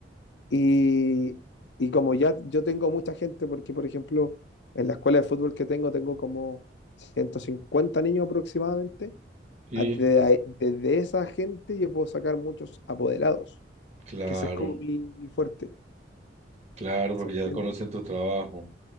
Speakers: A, on the left (about 80°); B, on the right (about 40°).
A: Y, y como ya yo tengo mucha gente, porque por ejemplo, en la escuela de fútbol que tengo, tengo como 150 niños aproximadamente.
B: Y
A: a- de ahí- Desde, esa gente yo puedo sacar muchos apoderados,
B: claro,
A: que ese es como mi, mi fuerte,
B: claro,
A: ¿se
B: porque
A: entiende?
B: ya conocen tu trabajo.